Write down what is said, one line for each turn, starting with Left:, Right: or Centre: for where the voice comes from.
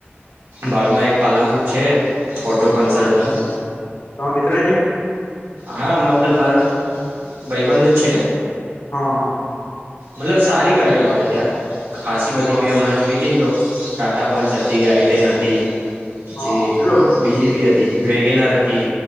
Right: ભાડમાં એક પાલનપુર છે, ઓટો કન્સલ્ટન્ટ
Left: હા તો આ મિત્ર ની
Right: હા મતલબ મારો ભાઈબંધ જ છે,
Left: હા હા
Right: મતલબ સારી ગાડીઓ આવે ત્યાં ખાાસી બધી
Left: હા
Right: મેં હમણાં જોઈતી ને તો ટા ટા પંચ હતી આઈટેન હતી પછી
Left: હા હા પેલું
Right: બીજી હતી વેગેનાર હતી